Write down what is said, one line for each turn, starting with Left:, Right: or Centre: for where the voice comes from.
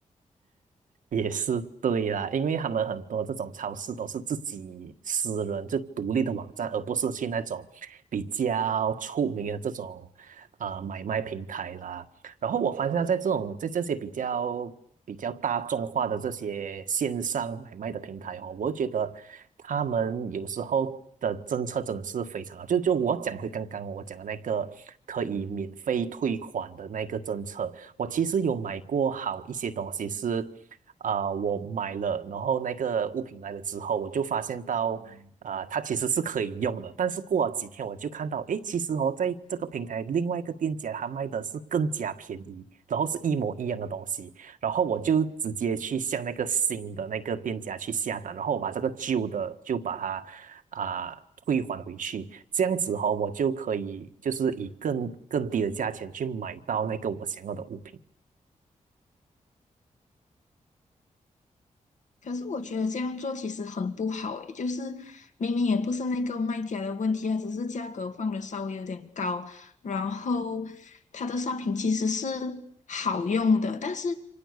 Right: 也是对啦，因为他们很多这种超市都是自己私人就独立的网站，而不是去那种比较出名的这种啊、呃买卖平台啦。然后我发现到在这种在这些比较比较大众化的这些线上买卖的平台哦，我觉得他们有时候的政策真的是非常好。就就我讲回刚刚我讲的那个可以免费退款的那个政策，我其实有买过好一些东西是。啊、我买了，然后那个物品来了之后，我就发现到啊、它其实是可以用的，但是过了几天我就看到，诶，其实哦，在这个平台另外一个店家他卖的是更加便宜，然后是一模一样的东西，然后我就直接去向那个新的那个店家去下单，然后我把这个旧的就把它啊、退还回去，这样子哦，我就可以就是以更更低的价钱去买到那个我想要的物品。
Left: 可是我觉得这样做其实很不好诶，就是明明也不是那个卖家的问题啊，只是价格放的稍微有点高，然后它的商品其实是好用的，但是